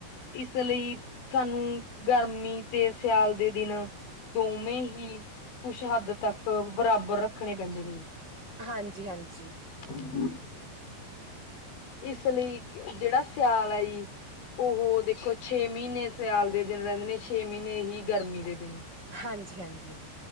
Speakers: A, on the left; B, on the right.
A: ਇਸ ਲਈ ਸਾਨੂੰ ਗਰਮੀ ਤੇ ਸਿਆਲ ਦੇ ਦਿਨ ਦੋਵੇਂ ਹੀ ਕੁਛ ਹੱਦ ਤੱਕ ਬਰਾਬਰ ਰੱਖਣੇ ਪੈਂਦੇ ਨੇ
B: ਹਾਂਜੀ ਹਾਂਜੀ
A: ਹਮ ਇਸ ਲਈ ਜਿਹੜਾ ਸਿਆਲ ਹੈ ਜੀ ਉਹ ਦੇਖੋ ਛੇ ਮਹੀਨੇ ਸਿਆਲ ਦੇ ਦਿਨ ਰਹਿੰਦੇ ਨੇ ਛੇ ਮਹੀਨੇ ਹੀ ਗਰਮੀ ਦੇ ਦਿਨ
B: ਹਾਂਜੀ ਹਾਂਜੀ